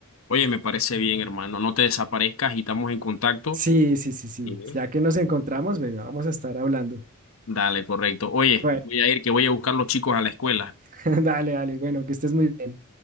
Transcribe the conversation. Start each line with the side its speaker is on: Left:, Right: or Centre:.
Left: oye, me parece bien, hermano. No te desaparezcas y estamos en contacto.
Right: Sí, sí, sí, sí.
Left: Ujú.
Right: Ya que nos encontramos, bueno, vamos a estar hablando.
Left: Dale, correcto. Oye,
Right: Bueno,
Left: voy a ir que voy a buscar los chicos a la escuela.
Right: <laughs> dale, dale. Bueno, que estés muy bien.